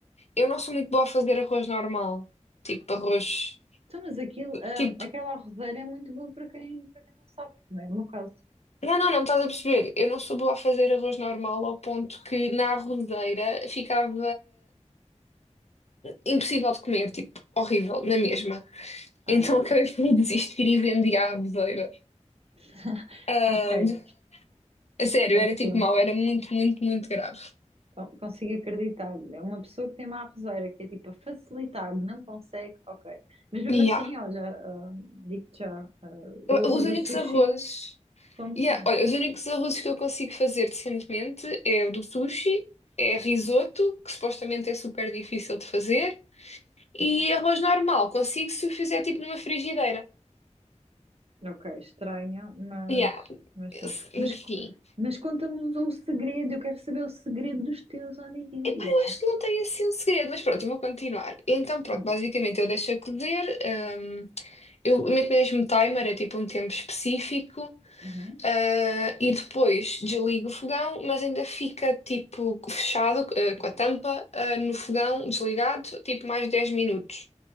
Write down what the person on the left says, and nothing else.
eu não sou muito boa a fazer arroz normal, tipo arroz,
tipo,
não, não, não estás a perceber, eu não sou boa a fazer arroz normal ao ponto que na arrozeira ficava impossível de comer, tipo, horrível, na mesma.
Então
acabei por desistir e vendi à avezeira.
Ah,
<laughs> a sério,
era tipo mau, era muito, muito, muito grave.
Yeah.
Os únicos
arrozes.
Yeah, olha, os únicos arrozes que eu consigo fazer decentemente é o do sushi, é risoto, que supostamente é super difícil de fazer, e arroz normal, consigo se o fizer tipo numa frigideira.
Yeah.
Enfim.
Epá, eu acho que não tem assim um segredo, mas pronto, eu vou continuar. Então, pronto,
basicamente eu deixo a cozer, hum, eu meto mesmo timer, é tipo um tempo específico,
ah, e depois desligo o fogão, mas ainda fica tipo fechado, ah, com a tampa, ah, no fogão desligado, tipo mais 10 minutos.